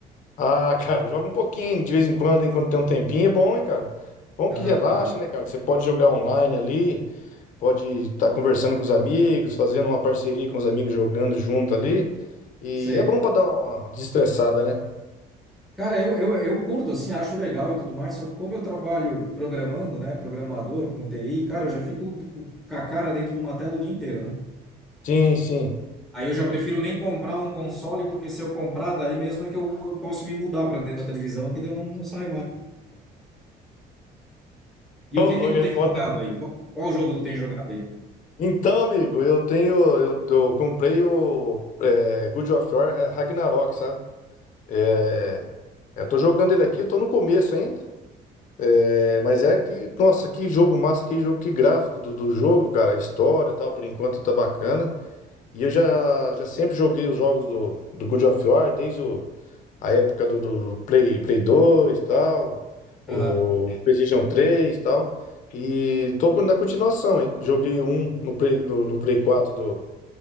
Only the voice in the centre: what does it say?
Aham,
aham.
Sei.
Cara, eu, eu, eu curto, assim, acho legal e tudo mais, só que como eu trabalho programando, né, programador com TI, cara, eu já fico com a cara dentro de uma tela o dia inteiro, né?
Aí eu já prefiro nem comprar um console, porque se eu comprar, daí mesmo é que eu, eu posso me mudar para dentro da televisão, que daí eu não, não saio mais. E
o que
que tu
tem
jogado
aí? Qual, qual jogo tu tem jogado aí?
Aham.